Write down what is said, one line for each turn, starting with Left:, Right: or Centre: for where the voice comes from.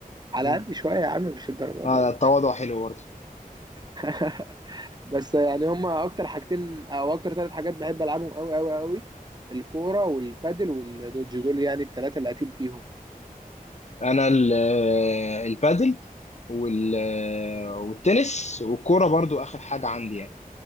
Right: على
Left: مم.
Right: قد شويه يا عم مش الدرجه
Left: اه
Right: دي برضه
Left: التواضع حلو برضه
Right: <laughs> بس يعني هما اكتر حاجتين او اكتر ثلاث حاجات بحب العبهم قوي قوي قوي الكوره والبادل والدوج دول يعني الثلاثه اللي قتيل فيهم
Left: انا ال- آه، البادل وال- آه، والتنس والكوره برضو اخر حاجه عندي يعني